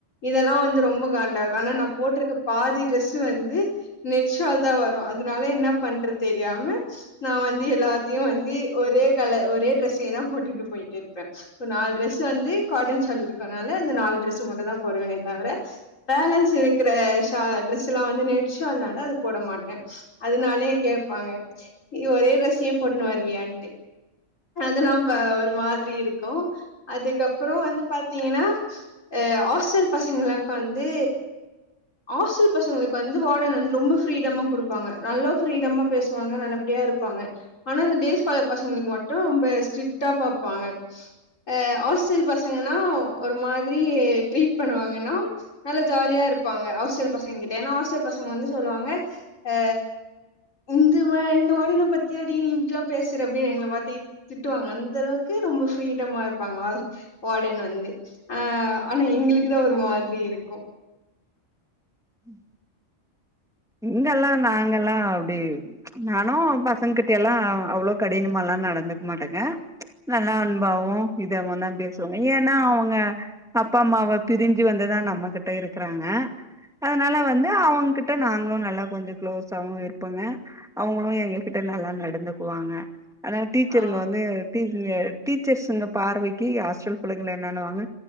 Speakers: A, on the left; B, in the centre.
A: இதெல்லா வந்து ரொம்ப கா காண்டாகு ஆனா நா போட்ருக்க பாதி டிரெஸ்ஸு வந்து நெட்ஷால் தா வரு அதனால என்ன பண்ற தெரியாம நா வந்து எல்லாத்தையு வந்து ஒரு ஒரே கலர் ஒரே டிரெஸ்ஸே தா போட்டுட்டு போயிட்டே இருப்ப இப்ப நாலு ட்ரெஸ் வந்து காட்டன் சால் இருக்கனால அந்த நாலு ட்ரெஸ் மட்டுந்தா போடுவேனே தவிர பலன்ஸ் இருக்குற ஷா ட்ரெஸ் எல்லா வந்து நே ஷால்னால அது போட மாட்ட அதனாலயே கேப்பாங்க நீ ஒரே ட்ரசெயே போட்டுன் வருவியான் டு அதெல்லாம் ப ஒரு மாதிரி இருக்கு அதுக்கப்புறோ வந்து பாத்தீங்கனா அ ஆஸ்டல் பசங்களுக்கு வந்து ஆஸ்டல் பசங்களுக்கு வந்து வாடன் வந்து ரொம்ப ப்ரீடமா குடுப்பாங்க நல்லா ப்ரீடமா பேசுவாங்க நல்லபடியா இருப்பாங்க ஆனா அந்த டேஸ் காலர் பசங்களுக்கு மட்டு பே ஸ்ட்ரிட்டா பாப்பாங்க ஆ ஹாஸ்டல் பசங்கன்னா ஒரு மாதிரி ட்ரீட் பண்ணுவாங்கன்னா நல்ல ஜாலியா இரு இருப்பாங்க ஹாஸ்டல் பசங்க கிட்ட ஏன்னா ஹாஸ்டல் பசங்க வந்து சொல்லுவாங்க ஆ இந்த வா இந்த வாடன பாத்தியாடி நீ இப்டிலா பேசுறபயே எங்கள பாத்தி திட்டுவாங்க அந்த அளவுக் கு ரொம்ப ப்ரீடமா இருப்பாங்களா வாடன் வந்து ஆ ஆனா எங்களுக்கு தா ஒரு மாதிரி இருக்கு
B: ம் இங்கல்லா நாங்கல்லா அப்டி நானு பசங்க கிட்டியல்லா அவ்ளோ கடினமால்லா நடந்துக்க மாட்டேங்க நல்லா அன்பாவு இதாவு தா பேசுவேங்க ஏன்னா அவுங்க அப்பா அம்மாவ பிரிஞ்சி வந்துதா நம்மகிட்ட இருக்குறாங்க அதனால வந்து அவங்ககிட் ட்டு நாங்களு நல்லா கொஞ்சோ குளோஸாவு இருப்போங்க அவுங்களு எங்ககிட்ட நல்லா நடந்துக்குவாங்க ஆனா டீச்சருங்க
A: ஆ
B: வந்து டீசி வேர் டீச்சர்ஸ்சுங்க பார்வைக்கி ஹாஸ்டல் பிள்ளைங்கல என்னன்னுவாங்க